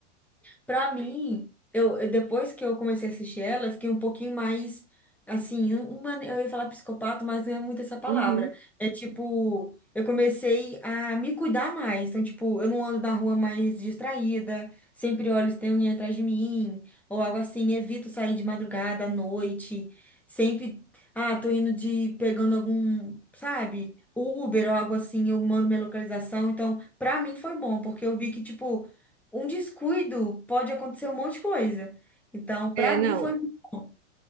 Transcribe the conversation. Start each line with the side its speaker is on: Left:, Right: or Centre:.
Centre: Pra mim, eu, eu- depois que eu comecei a assistir ela, eu fiquei um pouquinho mais assim, um- uma, eu ia falar psicopata, mas não é muito essa palavra.
Right: Uhum.
Centre: É tipo, eu comecei a me cuidar mais. Então, tipo, eu não ando na rua mais distraída, sempre olho se tem alguém atrás de mim, ou algo assim, evito sair de madrugada à noite, sempre, ah, tô indo de pegando algum, sabe? Uber ou algo assim, eu mando minha localização. Então, pra mim foi bom, porque eu vi que, tipo, um descuido pode acontecer um monte de coisa. Então,
Right: É,
Centre: pra
Right: não.
Centre: mim foi muito bom.